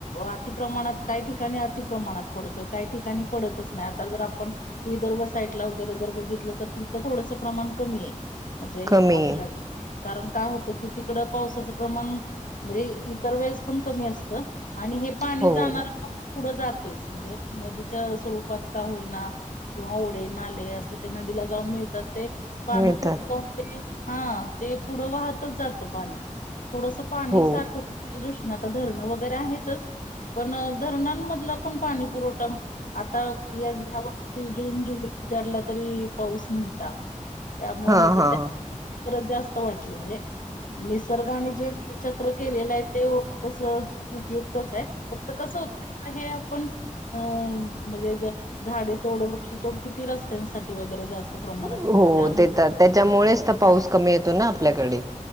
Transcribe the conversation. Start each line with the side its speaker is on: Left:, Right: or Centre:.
Left: अतिप्रमाणात काही ठिकाणी अतिप्रमाणात पडतोय काही ठिकाणी पडतच नाय आता जर आपण विदर्भ साईडला वगैरे जर बघितलं तर तिथं थोडंसं प्रमाण कमी आय. म्हंजे
Right: कमी
Left: आपल्यात,
Right: आहे
Left: कारण काय होतं कि तिकडं पावसाचं प्रमाण म्हजे इतर वेळेस पण कमी असतं आणि हे पाणी
Right: हो
Left: जाणारं प पुढं जातेस म्हणजे, नदीत त स्वरूपात का होईना नव ओढे, नाले असं ते नदीला जाऊन मिळतात ते पाणी
Right: मिळतात
Left: पुट पाउते की, हा, ते पुढं वाहतच जातं पाणी. थोडसं पाणी
Right: हो
Left: साठवच्या दृष्टीनं आता धरणं वगैरे आहेतच, पण धरणामधलं पण पाणी पुरवठा आता या वर्षी जून जुलै उजाडला तरी पाऊस नव्हता, त्यामुळे
Right: हा
Left: मधे
Right: हा
Left: त्या <unintelligible> जास्त वाटली म्हणजे निसर्गाने जे चक्र केलेलं आहे तेव तसं उपयुक्तच आहे फक्त कसं होत अत हे आपण अअ मधे ज झाडे तोड, वृक्षतोड किती रस्त्यांसाठी वगरे जास्त प्रमाणात
Right: उहो
Left: होते त्या
Right: तेतात त्याच्यामुळेच तर पाऊस कमी येतो ना आपल्याकडे